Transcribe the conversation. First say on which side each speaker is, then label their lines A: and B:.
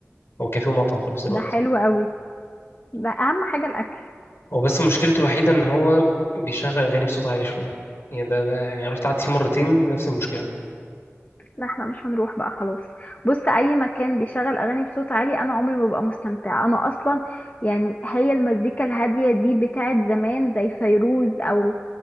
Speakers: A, on the left; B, on the left.
A: هو كافيه ومطعم في نفس الوقت
B: ده حلو قوي ده اهم حاجة الاكل
A: هو بس مشكلته الوحيده ان هو بيشغل اغاني بصوت عالي شويه يعني ده, ده يعني رحت قعدت فيه مرتين نفس المشكله
B: لا احنا مش هنروح بقى خلاص بص اي مكان بيشغل اغاني بصوت عالي انا عمري ما ببقى مستمتعه انا اصلا يعني هي المزيكا الهاديه دي بتاعت زمان زي فيروز او